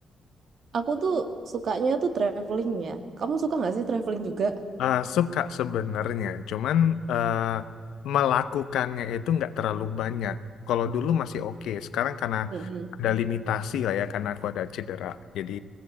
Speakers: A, on the right; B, on the left.
A: aku tuh sukanya tuh traveling ya. Kamu suka nggak sih traveling juga?
B: Eh, suka sebenarnya, cuman eh, melakukannya itu nggak terlalu banyak. Kalau dulu masih oke, sekarang karena
A: Mm-mm.
B: ada limitasi lah ya, karena aku ada cedera. Jadi